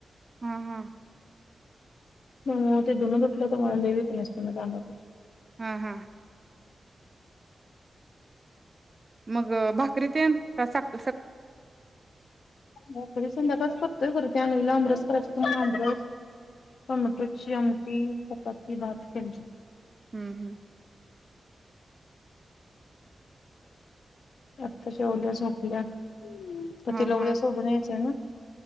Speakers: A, on the right; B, on the left.
A: हा हा
B: ह ते धून धुतल्यावर तर मला लय विकनेसपणा जाणवतोय
A: हा हा मग भाकरी तेण <unintelligible>
B: भाकरी संध्याकाळच करतोय ते अआंबरास करायच <unintelligible> आंबरस टोमॅटोची आमटी चपाती भात केली
A: हम्म हम्म
B: आता जेवल्या झोपल्या. ह् तर
A: हा
B: तिला ऊद्या
A: हा
B: सोडून यायचय ना?